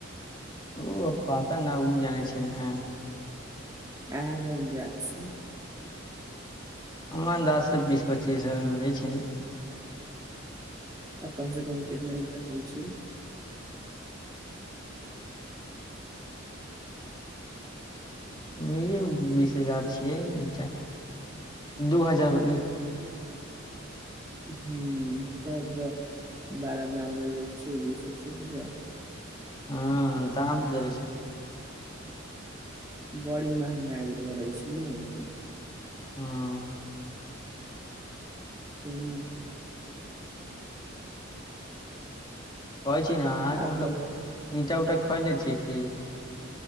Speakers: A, on the left; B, on the right.
A: ओ पता न उ जानै छैय ने।
B: अहाँ किये न जात छी।
A: हमर अंदाज सँ बीस पचीस हजार मे मिलै छैय।
B: आ कम से कम कितना ईंटा होय छैय?
A: वेयू बीस हजार छियै ईटा दू हजार होइत।
B: हुँ तब त बड़ा दाम ले लय छैय बीस पचीस हजार।
A: हँ ताम तऽ दे देै छैय।
B: बड़ी महँंगाई बढ़ै छैय ने अहिसे।
A: हँ
B: तेहेन।
A: कहै छी ने अहाँके
B: आर
A: मतलब ईंटा उटा खइले छी की।